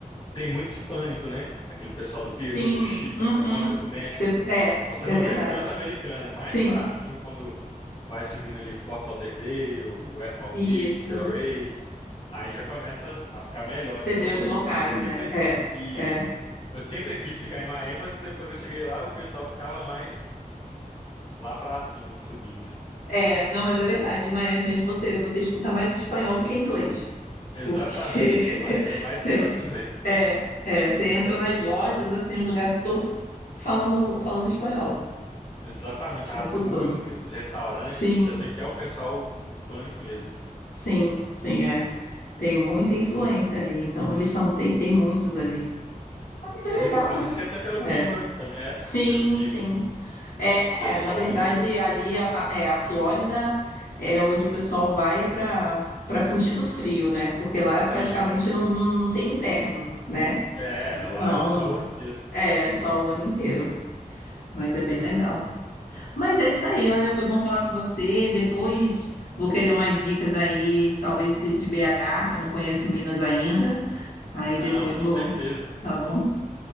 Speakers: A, on the left (about 35°); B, on the left (about 80°).
A: tem muito hispânico, né? Aquele pessoal do Peru,
B: Sim,
A: do Chile,
B: uhum.
A: da Colômbia, do México.
B: Você- é,
A: Então você
B: é
A: não
B: verdade.
A: vê tanto americano, é mais
B: Sim,
A: pra cima quando vai subindo ali Fort Lauderdale, West Palm
B: isso.
A: Beach, Delray. Aí já começa a ficar melhor.
B: Você
A: Então
B: vê os locais,
A: eu, eu sempre
B: né? É,
A: isso.
B: é.
A: Eu sempre quis ficar em Miami, mas depois que eu cheguei lá, o pessoal ficava mais lá pra cima, subindo.
B: É, não, mas é verdade. Em Miami mesmo você, você escuta mais espanhol do que inglês.
A: Exatamente.
B: Porque
A: <laughs> Miami
B: <laughs>
A: é mais espanhol
B: tem,
A: que inglês.
B: é, é, você entra nas lojas, assim, nos lugares todo falando, falando espanhol
A: Exatamente.
B: o
A: As
B: tempo
A: músicas,
B: todo.
A: os restaurantes,
B: Sim,
A: você vê que é o pessoal hispânico mesmo.
B: sim, sim, é. Tem muita influência ali, então eles são, tem, tem muitos ali. Mas
A: Muito
B: é legal,
A: influência.
B: né?
A: Acho que até pelo clima,
B: É.
A: né? Também é
B: Sim,
A: pelo clima,
B: sim.
A: assim,
B: É,
A: por ser sol
B: é, na verdade,
A: o ano inteiro.
B: ali a, a- é, a Flórida é onde o pessoal vai para para fugir do frio, né? Porque lá é praticamente
A: Isso.
B: não, não, não tem inverno, né?
A: É,
B: Então,
A: lá é sol o ano inteiro.
B: é só o ano inteiro, mas é bem legal. Mas é isso aí, olha, foi bom falar com você. Depois vou querer umas dicas aí, talvez de, de BH, que eu não conheço Minas ainda. Aí
A: Não,
B: depois
A: com
B: vou,
A: certeza.
B: tá bom?